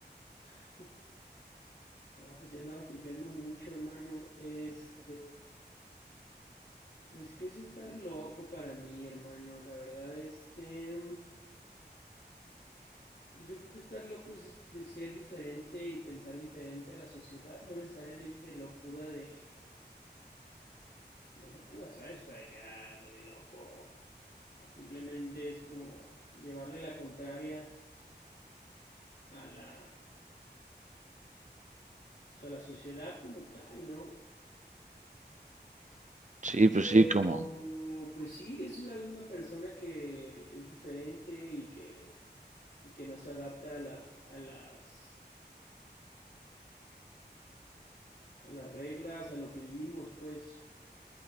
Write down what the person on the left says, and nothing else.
<laughs> No, pues ya andabas tripeando mucho, hermano. Este, pues qué es estar loco para mí, hermano. La verdad, este, pues yo creo que estar loco es este, ser diferente y pensar diferente a la sociedad, no necesariamente locura de, de locura, ¿sabes? O sea, de que ah, ando bien loco. Simplemente es como llevarle la contraria a la, pues a la sociedad como tal, ¿no?
Pero,
pues sí, es alguna persona que es diferente y que, y que no se adapta a la- a las, a las reglas, a lo que vivimos, pues.